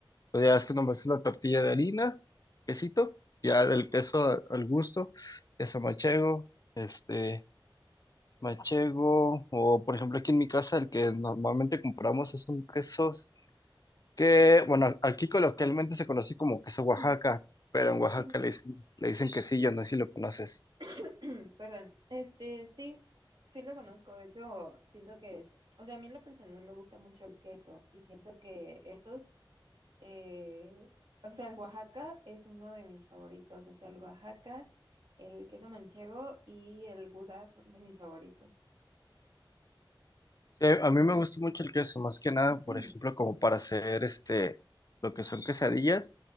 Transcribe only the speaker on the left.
Pues ya es que nomás es la tortilla de harina, quesito, ya del queso a- al gusto, queso machego, este, machego, o por ejemplo aquí en mi casa el que normalmente compramos es un queso que, bueno, aquí coloquialmente se conoce como queso Oaxaca,
pero en Oaxaca
le dicen, le dicen quesillo, no sé si lo conoces.
Eh, a mí me gusta mucho el queso, más que nada,
por ejemplo, como para hacer este, lo que son quesadillas.